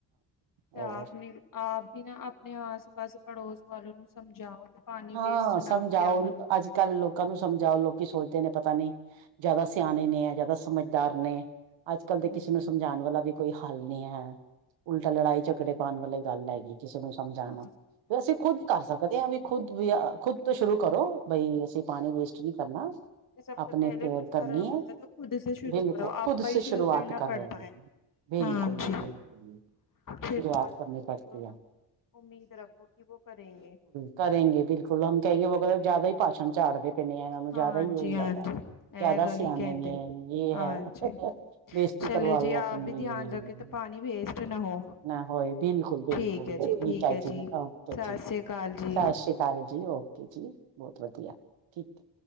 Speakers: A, on the left; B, on the right.
A: ਤੇ
B: ਹੋਰ
A: ਆਪ ਨੇ ਆਪ ਵੀ ਨਾ ਆਪਣੇ ਆਸ ਪਾਸ ਪੜੋਸ ਵਾਲੋ ਨੂੰ ਸਮਝਾਓ। ਤੇ ਪਾਣੀ
B: ਹਾਂ
A: ਵੇਸਟ
B: ਸਮਝਾਓ
A: ਨਾ ਕਿਆ ਕਰੋ
B: ਅੱਜ ਕੱਲ੍ਹ ਲੋਕਾਂ ਨੂੰ ਸਮਝਾਓ ਲੋਕੀ ਸੋਚਦੇ ਨੇ ਪਤਾ ਨੀ ਜਿਆਦਾ ਸਿਆਣੇ ਨੇ ਜਿਆਦਾ ਸਮਝਦਾਰ ਨੇ ਅੱਜ ਕੱਲ
A: ਹਾਂਜੀ
B: ਦੇ ਕਿਸੇ ਨੂੰ ਸਮਝਾਉਣ ਵਾਲਾ ਵੀ ਕੋਈ ਹੱਲ ਨਹੀ ਹੈ ਉਲਟਾ ਲੜਾਈ ਝਗੜੇ ਪਾ ਵਾਲੀ ਗੱਲ ਹੈਗੀ ਕਿਸੇ ਨੂੰ ਸਮਝਾਉਣਾ
A: ਹਾਂ
B: ਵੀ ਖੁੱਦ ਕਰ ਸਕਦੇ ਹਾਂ ਵੀ ਤੁਸੀਂ ਖੁਦ ਤੋਂ ਸ਼ੁਰੂ ਕਰੋ ਬਈ ਅਸੀਂ ਪਾਣੀ ਵੇਸਟ ਨਹੀਂ ਕਰਨਾ।
A: ਕਿ ਸਭ
B: ਆਪਣੇ
A: ਤੋਂ ਪਹਿਲੇ
B: ਕੇਅਰ
A: ਕੁਛ
B: ਕਰਨੀ
A: ਕਰਨਾ ਹੁੰਦਾ
B: ਹੈ
A: ਖੁਦੇ ਸ਼ੁਰੂ
B: ਬਿਲਕੁਲ
A: ਕਰੋ
B: ਖੁਦ
A: ਆਪਾਂ
B: ਸੇ
A: ਹੀ
B: ਸ਼ੁਰੂਆਤ
A: ਸ਼ੁਰੂ ਕਰਨਾ
B: ਕਰੋ
A: ਪੜਤਾ ਹੈ।
B: ਬਿਲਕੁਲ
A: ਹਾਂਜੀ
B: ਬਿਲਕੁਲ
A: ਫਿਰ
B: ਸ਼ੁਰੂਆਤ
A: ਬਾਅਦ
B: ਕਰਨੀ
A: ਮ ਦੂਸਰੋ
B: ਪੜਤੀ
A: ਨੁ
B: ਹੈ
A: ਉਮੀਦ ਰੱਖੋ ਕਿ ਵੋ ਕਰੇਂਗੇ।
B: ਕਰੇਂਗੇ ਬਿਲਕੁਲ, ਹਮ ਕਹੇਂਗੇ ਵੋ <unintelligible> ਜਾਦਾ ਈ ਭਾਸ਼ਨ ਚਾੜਦੇ ਨੇ ਐਨਾਂ ਨੂੰ ਜਾਦਾ
A: ਹਾਂਜੀ
B: ਈ ਯੋ
A: ਹਾਂਜੀ
B: ਹੈਗਾ,
A: ਇਹ
B: ਜਾਦਾ
A: ਗੱਲ
B: ਸਿਆਨੇ
A: ਹੀ ਕਹਿੰਦੇ
B: ਨੇ ਯੇ
A: ਹਾਂਜੀ
B: ਹੈਂ, ਬੇਸ ਤੀ
A: ਚਲੇ
B: ਕਰਵਾਲੋ
A: ਜੀ ਆਪ
B: ਆਪਨੀ।
A: ਵੀ ਧਿਆਨ ਰੱਖੇ ਤੇ ਪਾਣੀ ਵੇਸਟ ਨਾ ਹੋ।
B: ਨਾ ਹੋਏ ਬਿਲਕੁਲ ਬਿਲਕੁਲ
A: ਠੀਕ ਹੈ ਜੀ,
B: <unintelligible> ਓਕੇ
A: ਠੀਕ ਹੈ ਜੀ, ਸਤਿ
B: ਜੀ,
A: ਸ੍ਰੀ ਅਕਾਲ ਜੀ।
B: ਸਸ਼ੀ ਕਾਲ ਜੀ। ਜੀ ਓਕੇ ਜੀ ਬੋਤ ਵਧੀਆ ਠੀਕ ਐ।